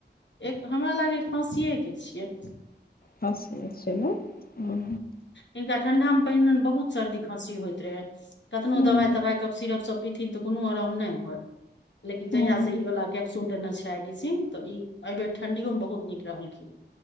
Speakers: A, on the left; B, on the left.
A: एक हमरा लागैये खाँसीेये के छियै।
B: खाँसीये के छियै ना हँ
A: हिनका ठंडा मे पहिने बहुत सर्दी खाँसी होइत रहै कतनो
B: हूँ
A: दवाइ तवाइ कफसिरप सब पिथिन तऽ कोनो आराम नहि होय लेकिन
B: हूँ
A: जहिया से ई वाला कैप्सूल देने छै आइ डी सिंह तऽ ई एहि बेेर ठंडियो मे बहुत नीक रहलखिन।